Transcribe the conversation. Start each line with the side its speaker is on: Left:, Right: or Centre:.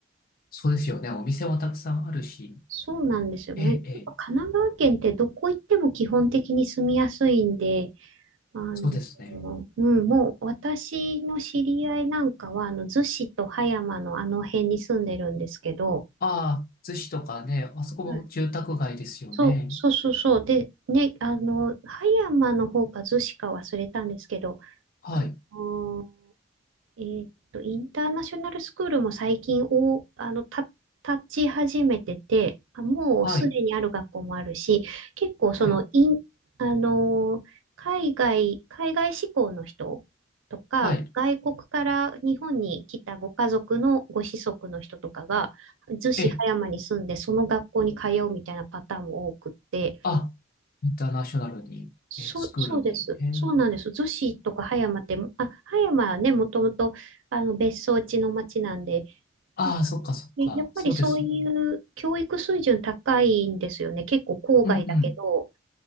Left: そうですよね。お店もたくさんあるし。
Right: そうなんですよね。
Left: ええ、
Right: やっぱ神奈川県ってどこ行っても基本的に住みやすいんで、
Left: ええ、
Right: あ
Left: そうですね。
Right: の、うん、もう私の知り合いなんかは、あの、逗子と葉山のあの辺に住んでるんですけど、
Left: ああ、逗子とかね、あそこも住宅街ですよね。
Right: はいそう、そうそうそう。で、ね、あの、葉山の方か逗子か忘れたんですけど、
Left: はい、
Right: あのえーっと、インターナショナルスクールも最近お、あの、た、立ち始めてて、あ、もうすでにある学校もあるし、
Left: はい。
Right: 結構その、
Left: はい
Right: イン、あの、海外、海外志向の人とか、
Left: はい。
Right: 外国から日本に来たご家族のご子息の人とかが、逗子葉山に住んで、
Left: え、
Right: その学校に通うみたいなパターンも多くって、
Left: あ、インターナショナルに、
Right: そう、
Left: え、スクールに。
Right: そうです。
Left: えー
Right: そうなんです。逗子とか葉山って、あ、葉山はね、もともとあの別荘地の町なんで、
Left: ああ、
Right: なんかえやっぱりそういう教育水準高いんですよね。
Left: そっかそっか。そうですよね。
Right: 結構郊外だけど。
Left: うんうん。